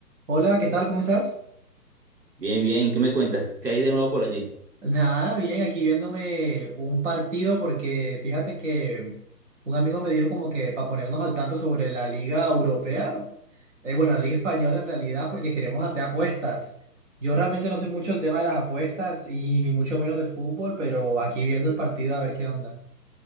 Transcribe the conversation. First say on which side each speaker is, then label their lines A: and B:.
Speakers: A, on the right; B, on the right.
A: Hola, ¿qué tal? ¿Cómo estás?
B: Bien, bien, ¿qué me cuentas? ¿Qué hay de nuevo por allí?
A: Nada, bien, aquí viéndome un partido porque fíjate que un amigo me dijo como que para ponernos al tanto sobre la Liga Europea, eh, bueno, la Liga Española en realidad porque queremos hacer apuestas. Yo realmente no sé mucho el tema de las apuestas y ni mucho menos de fútbol, pero aquí viendo el partido a ver qué onda.